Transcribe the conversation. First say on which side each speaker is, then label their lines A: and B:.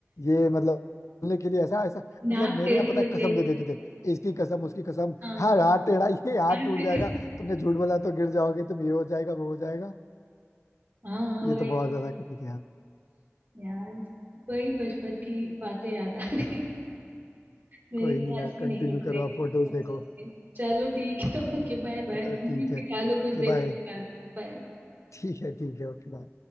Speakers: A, on the left; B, on the right.
A: ये मतलब बोलने के लिए ऐसा ऐसा मतलब
B: नाक
A: मेरे
B: टेढ़ी
A: यहाँ पता
B: हो
A: है
B: जाएगी
A: कसम दे देते थे इसकी कसम उसकी कसम
B: हाँ
A: हाँ हाथ टेढ़ा <laughs> ये हाथ
B: नाक
A: टूट
B: टेढ़ी
A: जाएगा तुमने झूठ बोला तो गिर जाओगे तुम ये हो जाएगा वो हो जाएगा
B: हाँ वही
A: ये तो बहुत ज्यादा करते थे यार
B: यार वही बचपन की बातें याद आ गई मेरी
A: कोई
B: तो
A: नहीं
B: हंसी
A: यार कंटिन्यू
B: नहीं रुक
A: करो
B: रही सोच
A: आप फोटोज देखो
B: सोच के चलो ठीक है ओके बाय बाय
A: चलो
B: तुम
A: ठीक
B: भी सिखा
A: है
B: लो कुछ
A: के
B: देर
A: बाय <laughs>
B: बाद बाय
A: ठीक है ठीक है ओके बाय।